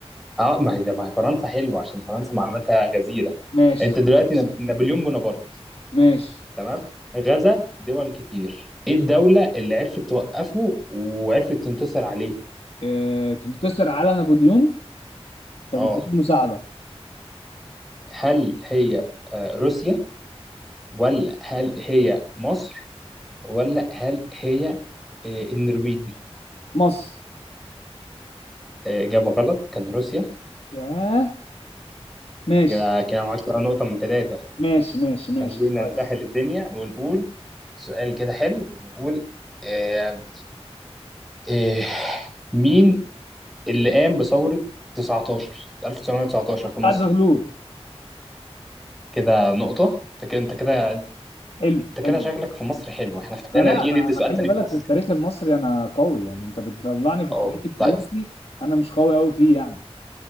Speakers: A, in the centre; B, on the left.
A: اه ما هي ما هي فرنسا حلوه عشان فرنسا معلوماتها غزيره
B: ماشي
A: انت
B: قول
A: دلوقتي
B: لي
A: ناب- نابليون بونابرت
B: ماشي
A: تمام غزا دول كتير ايه الدوله اللي عرفت توقفه وعرفت تنتصر عليه
B: اه تنتصر على نابليون طب
A: اه
B: اديني مساعدة
A: هل هي آه روسيا ولا هل هي مصر ولا هل هي إيه، النرويج
B: مصر
A: إيه، إجابة غلط كان روسيا
B: ياه ماشي
A: انت كده كده معاك بقى نقطة من ثلاثة
B: ماشي ماشي ماشي
A: خلينا
B: كويس
A: نسهل الدنيا ونقول سؤال كده حلو نقول إيه، إيه، مين اللي قام بثورة 19 1919 في مصر
B: بتاعت زغلول
A: كده نقطة انت كده انت كده انت
B: حلو حلو
A: كده شغلك في مصر حلو احنا خلينا
B: انا لا
A: ايه
B: انا
A: ندي
B: انا
A: سؤال
B: خلي
A: تاني
B: بالك
A: في مصر
B: في التاريخ المصري انا قوي يعني انت بتطلعني في
A: اه
B: التاريخ الفرنسي
A: طيب
B: انا مش قوي قوي فيه يعني